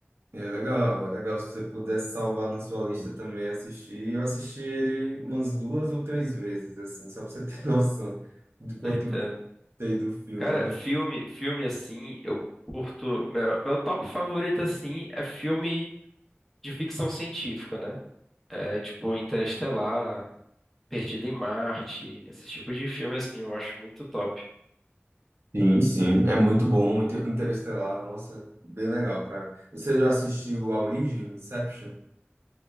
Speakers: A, on the right; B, in the centre.
A: É legal, é legal se você pudesse salvar na sua lista também assistir. Eu assisti ele umas duas ou três vezes, assim, só pra você ter <laughs> noção do quanto
B: Irritando.
A: eu gostei do filme.
B: Cara,
A: Eu gostei.
B: filme, filme assim, eu curto. Meu, meu top favorito assim é filme de ficção científica, né? É, tipo Interestelar, Perdido em Marte, esse tipo de filme assim, eu acho muito top.
A: Sim, sim, é muito bom, muito interestelar, nossa, bem legal, cara. Você já assistiu A Origem, Inception?